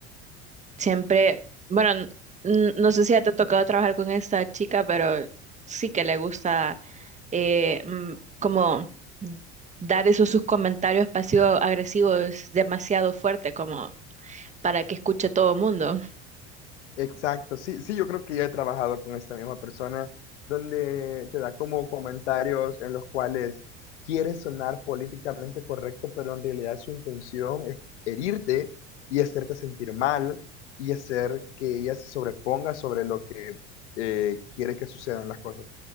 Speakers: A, on the right (about 20°); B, on the left (about 80°).
A: Siempre, bueno, n- n- no sé si ya te ha tocado trabajar con esta chica, pero sí que le gusta eh, mm, como dar esos sus comentarios pasivo-agresivos demasiado fuerte como para que escuche todo el mundo.
B: Exacto, sí, sí, yo creo que ya he trabajado con esta misma persona donde te da como comentarios en los cuales quiere sonar políticamente correcto, pero en realidad su intención es herirte y hacerte sentir mal y hacer que ella se sobreponga sobre lo que eh, quiere que sucedan las cosas.